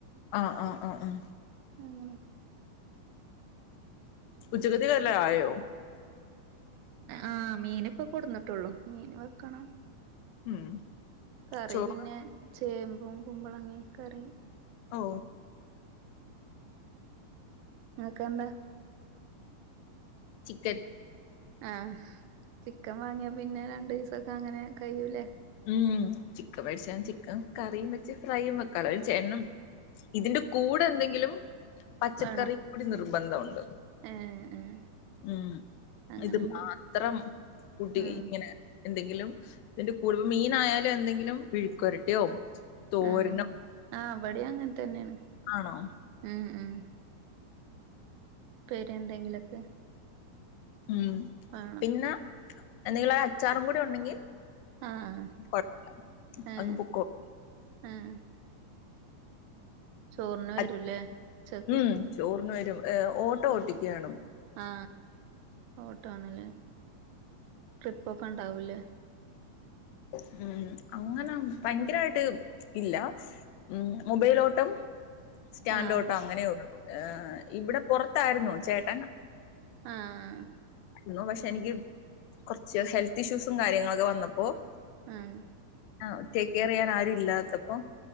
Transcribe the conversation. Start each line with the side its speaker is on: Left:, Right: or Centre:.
Left: ആഹ ആഹ ആഹ ആഹ
Right: അങ്ങനെയൊക്കെ
Left: ഉച്ചക്കത്തേക്ക് വല്ല ആയോ
Right: ആഹ് മീന് ഇപ്പൊ കൊടുന്നിട്ടുള്ളൂ മീൻ വെക്കണം
Left: ഉം
Right: കറി
Left: ചോറ്
Right: പിന്നെ ചേമ്പും കുമ്പളങ്ങെ കറി
Left: ഓ
Right: നിങ്ങക്ക് എന്താ
Left: ചിക്കൻ
Right: ആഹ് ചിക്കൻ വാങ്ങിയാ പിന്നെ രണ്ടു ദിവസൊക്കെ അങ്ങനെ കഴിയൂല്ലേ
Left: ഉം ചിക്കൻ മേടിച്ചാ ചിക്കൻ കറിയും വെച്ച് ഫ്രൈ വെക്കാലോ വിചാരിച്ചു എന്നും - ഇതിന്റെ കൂടെ എന്തെങ്കിലും പച്ചക്കറി
Right: വേണോ
Left: കൂടി നിർബന്ധമുണ്ട്
Right: ഏഹ് ഏഹ്
Left: ഉം
Right: അങ്ങനെണ്ട്
Left: ഇത് ആ അസ്ത്രം കുട്ടി
Right: ആഹ്
Left: ഇങ്ങനെ എന്തെങ്കിലും- പോലും മീനായാലും എന്തെങ്കിലും വിഴുക്കുരട്ടിയോ തോരനോ-
Right: ആഹ് ആഹ് അവിടെയാ അങ്ങനെ തന്നെയാണ്
Left: ആണോ
Right: ആഹ് ആഹ് ഉപ്പേരി എന്തെങ്കിലുമൊക്കെ
Left: ഉം
Right: ആഹ്
Left: പിന്നെ എന്തെങ്കിലൊരു അച്ചാറും കൂടി ഉണ്ടെങ്കിൽ-
Right: ആഹ്
Left: കൊഴപ്പവില്ല
Right: ആഹ്
Left: അതങ്ങ് പൊക്കോളും
Right: ആഹ് ചോറിന് വെരൂല്ലേ
Left: അ-
Right: ഉച്ചക്ക്
Left: ഉം ചോറിന് വെരും ഓട്ടോ ഓട്ടിക്കാണ്
Right: ആ ഓട്ടോ ആണ് ഇല്ലേ ട്രിപ്പൊക്കെ ഉണ്ടാവൂല്ലേ
Left: ഉം അങ്ങനെ ഭയങ്കരായിട്ട് ഇല്ല ഉം മൊബയില് ഓട്ടം സ്റ്റാൻഡ്
Right: ആഹ്
Left: ഓട്ടം അങ്ങനെ ഉള്ളു ഇവിടെ പൊറത്തായിരുന്നു ചേട്ടൻ
Right: ആഹ് ആഹ്
Left: ആരുന്നു പക്ഷെ എനിക്ക് കൊറച്ച് ഹെൽത്ത് ഇഷ്യൂസും കാര്യങ്ങളൊക്കെ വന്നപ്പോ-
Right: ആഹ്
Left: ആഹ് ടേക്ക് കെയർ ചെയ്യാൻ ആരുമില്ലാത്തപ്പം